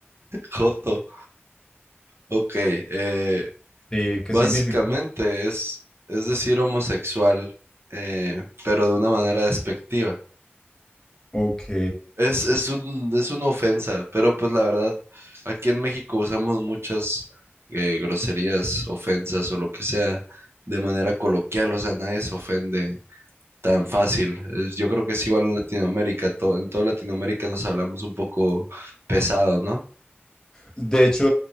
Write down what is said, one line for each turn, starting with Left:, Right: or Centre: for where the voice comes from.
Right: Joto. Ok. eh,
Left: Sí, ¿qué
Right: básicamente
Left: significa?
Right: es, es decir homosexual, eh, pero de una manera despectiva.
Left: Ok.
Right: Es, es un, es una ofensa, pero pues la verdad, aquí en México usamos muchas eh, groserías, ofensas o lo que sea de manera coloquial, o sea, nadie se ofende tan fácil. Es- yo creo que es igual en Latinoamérica, to- en toda Latinoamérica nos hablamos un poco pesado, ¿no?
Left: De hecho,